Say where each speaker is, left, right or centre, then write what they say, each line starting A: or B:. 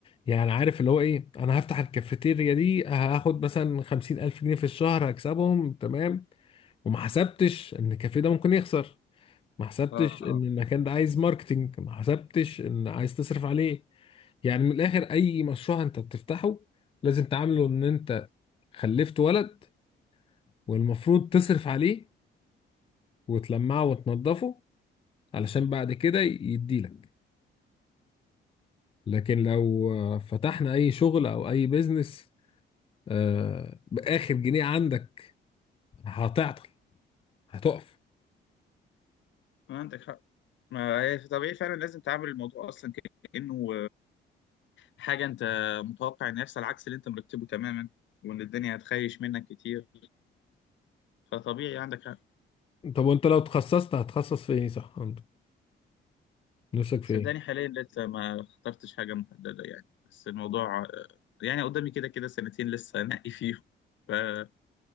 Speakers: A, on the left; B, on the left.
A: يعني عارف اللي هو ايه انا هفتح الكافيتيريا دي هاخد مثلا خمسين الف جنيه في الشهر هكسبهم تمام وما حسبتش ان الكافيه ده ممكن يخسر ما حسبتش
B: اه
A: ان المكان ده عايز ماركتينج ما حسبتش ان عايز تصرف عليه يعني من الاخر اي مشروع انت بتفتحه لازم تعامله ان انت خلفت ولد والمفروض تصرف عليه وتلمعه وتنضفه علشان بعد كده يديلك لكن لو آه، فتحنا اي شغل او اي بيزنس آه، باخر جنيه عندك هتعطل هتقف
B: ما عندك حق ما هي طبيعي فعلا لازم تعامل الموضوع اصلا كانه حاجه انت متوقع ان يحصل عكس اللي انت مرتبه تماما وان الدنيا هتخيش منك كتير فطبيعي عندك حق
A: طب وانت لو تخصصت هتخصص في ايه صح عندك نفسك في
B: صدقني
A: ايه
B: حاليا لسه ما اخترتش حاجة محددة يعني بس الموضوع آه، يعني قدامي كده كده سنتين لسه انقي فيهم فحاليا